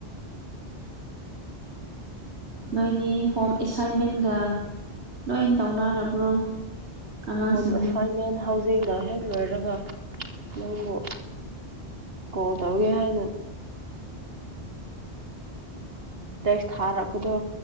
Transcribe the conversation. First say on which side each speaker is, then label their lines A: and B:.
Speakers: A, on the right; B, on the right.
A: ꯅꯣꯏꯗꯤ ꯍꯣꯝ ꯑꯦꯁꯥꯏꯟꯃꯦꯟꯒ ꯂꯣꯏ ꯇꯧꯅꯔꯕ꯭ꯔꯣ ꯑꯉꯥꯡꯁꯤꯡꯗꯨ
B: ꯍꯣꯝ ꯑꯦꯁꯥꯏꯟꯃꯦꯟ ꯍꯧꯖꯤꯛꯅ ꯍꯦꯛ ꯂꯣꯏꯔꯒ ꯅꯪꯕꯨ ꯀꯣꯜ ꯇꯧꯒꯦ ꯍꯥꯏꯅ ꯇꯦꯛꯁ ꯊꯥꯔꯛꯄꯗꯣ